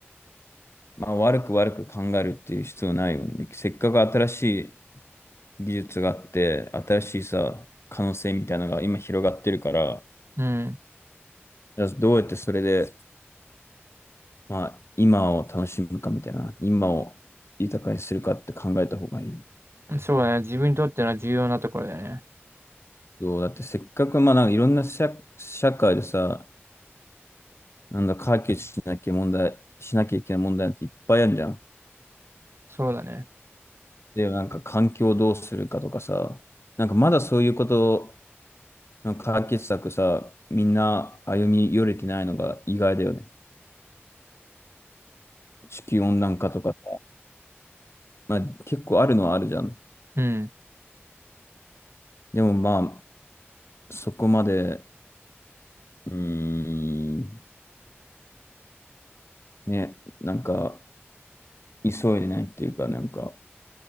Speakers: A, on the left (about 70°); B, on the right (about 65°).
A: まあ、悪く悪く考えるっていう必要ないよね。せっかく新しい技術があって、新しいさ、可能性みたいなのが今広がってるから、
B: うん。
A: じゃあどうやってそれで、まあ、今を楽しむかみたいな、今を豊かにするかって考えた方がいいよね。
B: そうだね。自分にとっての重要なところだよね。
A: そう、だってせっかく、まあ、なんかいろんな社、社会でさ、なんだ、解決しなきゃ問題、しなきゃいけない問題なんていっぱいあるじゃん。
B: そうだね。
A: で、なんか環境をどうするかとかさ、なんかまだそういうことなんか解決策さ、みんな歩み寄れてないのが意外だよね。地球温暖化とかさ、まあ結構あるのはあるじゃん。
B: うん。
A: でもまあ、そこまで、うーん、ね、なんか急いでないっていうか、なんか、